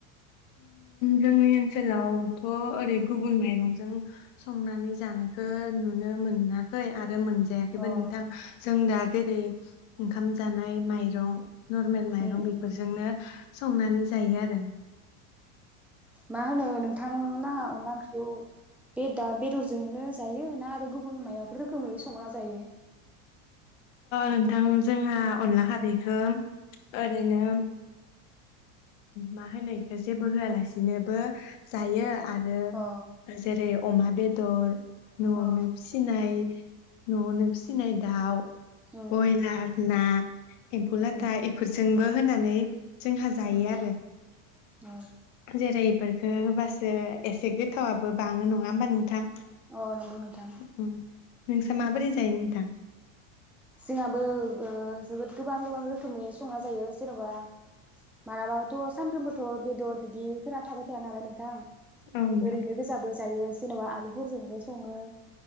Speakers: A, on the left; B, in the centre.
A: जोंनि ओनसोलावथ' ओरै गुबुन माइरंजों संनानै जानायखौ नुनो मोनाखै आरो मोनजायाखैबो
B: अ
A: नोंथां जों दा जेरै ओंखाम जानाय माइरं नरमेल माइरं
B: उम उम
A: बेफोरजोंनो संनानै जायो आरो
B: मा होनो नोंथां नाङा अनला ओंख्रिखौ बे दा बेदरजोंनो जायो ना आरो गुबुन माबाफोर रोखोमै संगना जायो
A: नोंथां जोंहा अनला खारैखौ ओरैनो मा होनो बेखौ जेबो होआलासिनोबो जायो आरो
B: अ
A: जेरै अमा बेद दर न'आवनो
B: अ
A: फिसिनाय न'आवनो फिसिनाय दाउ
B: उम
A: बयलार ना एम्फौ
B: उम
A: लाथा इफोरजोंबो होनानै जोंहा जायो
B: उम
A: आरो
B: अ
A: जेरै बेखो होबासो एसे गोथावाबबो बाङो नङा होमबा नोंथां
B: अ नंगौ नोंथां
A: उम नोंसा माबोरै जायो नोंथां
B: जोंहाबो ओ जोबोद गोबां गोबां रोखोमै संना जायो जेन'बा मालाबाथ' सानफ्रोमबोथ' बेदर बिदिफोरा थाबाय थाया नालाय नोंथां
A: औ नोंथां
B: ओरैनो गोजाबो जायो जेनेबा आलुफोरजोंबो सङो